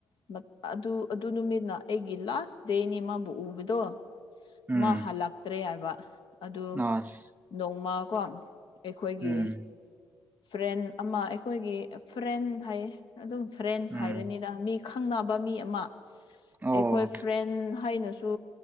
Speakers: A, on the left (about 60°); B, on the right (about 20°).
A: ꯃꯠ ꯑꯗꯨ ꯑꯗꯨ ꯅꯨꯃꯤꯠꯅ ꯑꯩꯒꯤ ꯂꯥꯁ ꯏꯁꯇꯦꯅꯤ ꯃꯥꯕꯨ ꯎꯕꯗꯣ
B: ꯎꯝ
A: ꯃꯥ ꯍꯜꯂꯛꯇ꯭ꯔꯦ ꯍꯥꯏꯕ ꯑꯗꯨ
B: ꯑꯁ
A: ꯅꯣꯡꯃ ꯀꯣ ꯑꯩꯈꯣꯏꯒꯤ
B: ꯎꯝ
A: ꯐ꯭ꯔꯦꯟ ꯑꯃ ꯑꯩꯈꯣꯏꯒꯤ ꯐ꯭ꯔꯦꯟ ꯍꯥꯏ ꯑꯗꯨꯝ ꯐ꯭ꯔꯦꯟ
B: ꯎꯝ
A: ꯍꯥꯏꯔꯅꯤꯅ ꯃꯤ ꯈꯪꯅꯕ ꯃꯤ ꯑꯃ ꯑꯩꯈꯣꯏ
B: ꯑꯣ
A: ꯎ ꯍꯩꯅꯁꯨ